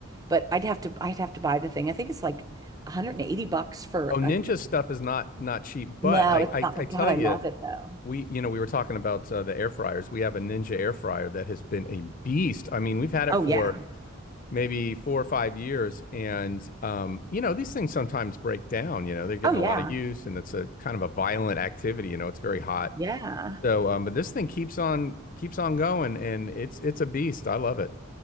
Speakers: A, on the right; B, on the left.
A: But I'd have to I'd have to buy the thing. I think it's like 180 bucks for
B: Oh, Ninja
A: a thing.
B: stuff is not not cheap, but
A: No,
B: I
A: it's
B: I,
A: not, but
B: I tell
A: God, I
B: you,
A: love it though.
B: we you know we were talking about uh, the air fryers. We have a Ninja air fryer that has been a beast. I mean, we've had it
A: Oh
B: for
A: yeah.
B: maybe four or five years, and um, you know these things sometimes break down. You know they're getting
A: Oh yeah.
B: a lot of use, and it's a kind of a violent activity. You know it's very hot.
A: Yeah.
B: So, um, but this thing keeps on keeps on going, and it's it's a beast. I love it.